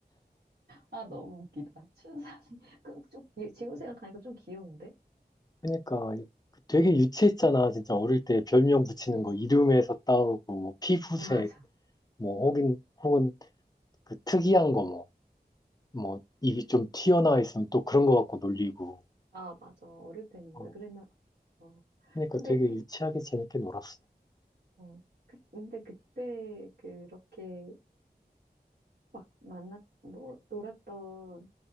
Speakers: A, on the right (about 70°); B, on the left (about 25°).
A: 아, 너무 웃기다. 춘삼이. <laughs> 그, 좀, 귀- 지금 생각하니까 좀 귀여운데?
B: 그러니까 되게 유치했잖아. 진짜 어릴 때 별명
A: 응, 그렇지.
B: 붙이는 거 이름에서
A: <laughs>
B: 따오고 뭐 피부색
A: 맞아.
B: 뭐 혹은 혹은 그 특이한 거 뭐, 뭐, 입이 좀 튀어나와 있으면 또 그런 거 갖고 놀리고.
A: 아, 맞아. 어릴 때는
B: 어,
A: 왜 그랬나 싶어서.
B: 그러니까
A: 근데,
B: 되게 유치하게 재밌게 놀았어.
A: 어, 그, 근데 그때 그렇게 막 만났, 놀, 놀았던